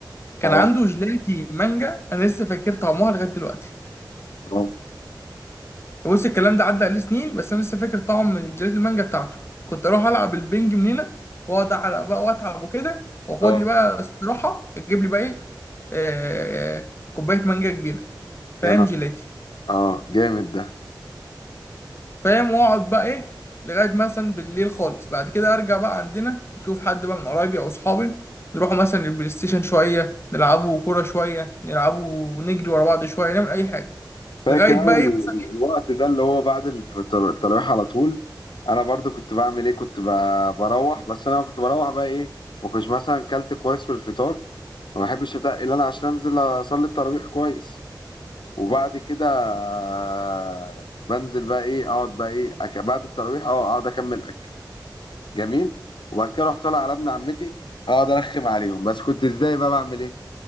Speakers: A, on the left; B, on the left.
A: كان
B: اه
A: عنده جيلاتي مانجا أنا لسه فاكر طعمها لغاية دلوقتي
B: اه
A: بص الكلام ده عدى عليه سنين بس أنا لسه فاكر طعم الجيلاتي المانجا بتاعته كنت أروح ألعب البنج من هنا وأقعد أعرق بقى وأتعب وكده وأخد
B: اه
A: لي بقى استراحة أجيب لي بقى إيه آه، كوباية مانجا كبيرة فاهم
B: يا نهار
A: جيلاتي
B: اه جامد ده
A: فاهم واقعد بقى ايه لغايه مثلا بالليل خالص بعد كده ارجع بقى عندنا اشوف حد بقى من قرايبي او اصحابي نروحوا مثلا البلاي ستيشن شويه نلعبوا كوره شويه نلعبوا نجري ورا بعض شويه نعمل اي حاجه
B: فاكر
A: لغايه
B: انا
A: بقى
B: ال-
A: ايه مثلا
B: ال-
A: ايه
B: الوقت ده اللي هو بعد الفطر- التراويح على طول انا برضو كنت بعمل ايه كنت ب- بروح بس انا كنت بروح بقى ايه ما كنتش مثلا كلت كويس في الفطار ما بحبش اتقل انا عشان انزل اصلي التراويح كويس وبعد كده آه، بنزل بقى ايه اقعد بقى ايه أك... بعد التراويح اه اقعد اكمل اكل جميل وبعد كده رحت طالع على ابن عمتي اقعد ارخم عليهم بس كنت ازاي بقى بعمل ايه